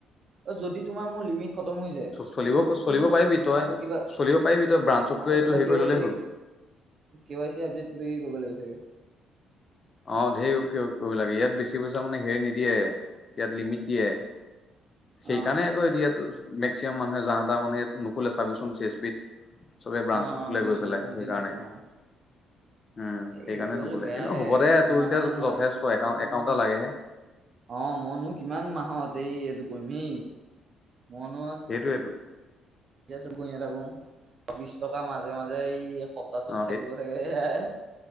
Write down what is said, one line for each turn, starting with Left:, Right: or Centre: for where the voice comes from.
Right: অ, যদি তোমাৰ মোৰ লিমিট খতম হৈ যায়
Left: চলিব চলিব পাৰিবি তই
Right: আকৌ কিবা
Left: চলিব পাৰিবি তই ব্ৰাঞ্চত
Right: আকৌ
Left: গৈ এইটো
Right: কিবা
Left: হেৰি
Right: কে
Left: কৰি
Right: ৱাই
Left: ল'লেই
Right: চি
Left: হ'ল। <inaudible>
Right: কে ৱাই চি আপডেট কিবা-কিবি কৰিব লাগিব চাগে?
Left: অ ঢেই <unintelligible> কৰিব লাগে। ইয়াত বেছি পইচা মানে হেৰি নিদিয়ে। ইয়াত লিমিট দিয়ে। সেইকাৰণে
Right: অ
Left: আকৌ এতিয়া তোৰ মেক্সিমাম মানুহে যাহ তাহ মানুহে ইয়াত নুখোলে চাবিচোন চি এছ পিত। চবে ব্ৰাঞ্চত
Right: অ
Left: খোলে
Right: বুজিছো
Left: গৈ পেলাই
Right: বহুতে
Left: সেইকাৰণে।
Right: নুখোলা
Left: উম
Right: অ এই
Left: সেইকাৰণে
Right: সেইটো হলে
Left: নোখোলে,
Right: বেয়াহে
Left: কিন্তু হ'ব দে
Right: তোমাৰ
Left: তোৰ এতিয়া
Right: মানে মই
Left: যথেষ্ট এ একাউণ্ট এটা লাগেহে।
Right: অ মইনো কিমান মাহত এই এইটো কৰিম হে। মইনো
Left: সেটোৱেটো।
Right: <unintelligible> গৈ নাথাকো। বিছ টকা মাজে মাজে এই স তাতোত
Left: অ
Right: থাকিব চাগে সেয়াই